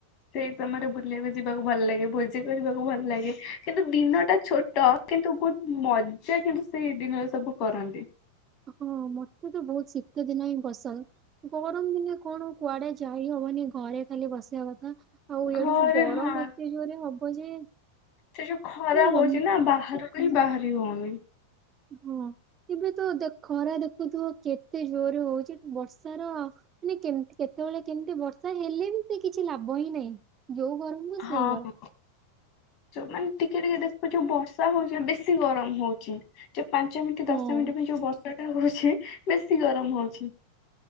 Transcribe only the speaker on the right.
ହଁ ମତେ ତ ବହୁତ ଶୀତଦିନ ହିଁ ବସନ୍ଦ। ଗରମ ଦିନେ କଣ କୁଆଡେ ଯାଇ ହବନି ଘରେ ଖାଲି ବସିବା କଥା। ଆଉ ଇଆଡି
ବି ଗରମ
ଏତେ ଜୋରରେ ହବ ଯେ
ଜମା
ହଁ ଏବେ ତ ଦେ ଖରା ଦେଖୁଥିବ କେତେ ଜୋରେ ହଉଛି ବର୍ଷାର ମାନେ କେମତି କେତେବେଳେ କେମିତି ବର୍ଷା ହେଲେ ବି ସେ କିଛି ଲାଭ ହିଁ ନାହିଁ ଯୋଉ ଗରମ
ସେଇ
ହଁ